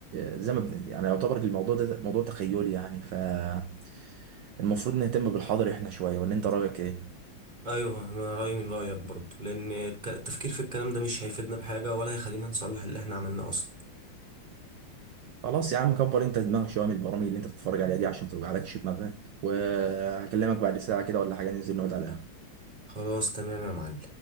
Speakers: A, on the right (about 65°); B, on the right (about 20°).
A: آه، زي ما بن- يعني يعتبر الموضوع ده موضوع تخيلي يعني فالمفروض نهتم بالحاضر احنا شوية ولا انت رايك ايه
B: ايوه انا رايي من رايك برضه لان الك- التفكير في الكلام ده مش هيفيدنا بحاجه ولا هيخلينا نصلح اللي احنا عملناه اصلا
A: خلاص يا عم كبر انت دماغك شويه من البرامج اللي انت بتتفرج عليها دي عشان ما توجعلكش دماغك وهكلمك بعد ساعه كده ولا حاجه ننزل نقعد على القهوه
B: خلاص تمام يا معلم